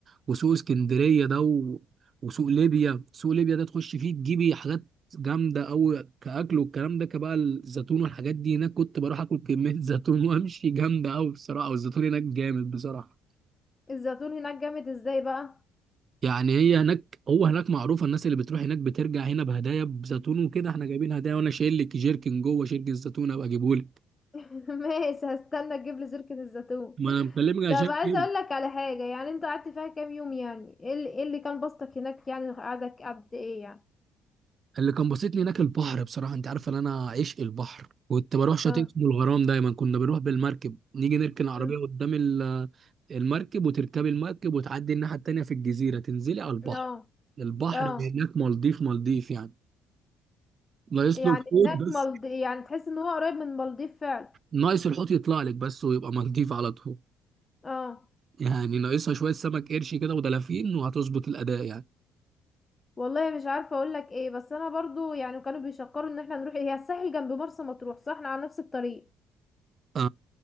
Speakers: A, on the right; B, on the left.
A: وسوق اسكندريه ده و... وسوق ليبيا سوق ليبيا ده تخش فيه تجيبي حاجات جامده قوي كاكل والكلام ده كبقى الزيتون والحاجات دي هناك كنت بروح اكل كميه <laughs> زيتون وامشي جامده قوي بصراحه والزيتون هناك جامد بصراحه
B: الزيتون هناك جامد ازاي بقى
A: يعني هي هناك هو هناك معروفه الناس اللي بتروح هناك بترجع هنا بهدايا بزيتون وكده احنا جايبين هدايا وانا شايل لك جيركن جوه شيركن الزيتون ابقى اجيبهولك
B: <laughs> ماشي هستنى تجيب لي زركة الزيتون
A: ما انا مكلمك عشان
B: طب عايزة
A: كده
B: اقولك على حاجة يعني انت قعدت فيها كام يوم يعني ايه اللي, إيه اللي كان بسطك هناك يعني قعدك قد ايه يعني
A: اللي كان بسطني هناك البحر بصراحه انت عارف ان انا عشق البحر كنت بروح شاطئ
B: اه
A: اسمه الغرام دايما كنا بنروح بالمركب نيجي نركن العربيه
B: أمم.
A: قدام ال- المركب وتركبي المركب وتعدي الناحيه التانيه في الجزيره تنزلي على البحر
B: اه
A: البحر
B: اه
A: هناك مالديف مالديف يعني ناقص
B: يعني
A: له الحوت
B: هناك
A: بس
B: مالد يعني تحس ان هو قريب من المالديف فعلا
A: ناقص الحوت يطلع لك بس ويبقى مالديف على طول
B: اه
A: يعني ناقصها شويه سمك قرش كده ودلافين وهتظبط الاداء يعني
B: والله مش عارفة اقولك ايه بس انا برضو يعني كانوا بيشكروا ان احنا نروح هي الساحل جنب مرسى مطروح صح احنا على نفس الطريق
A: اه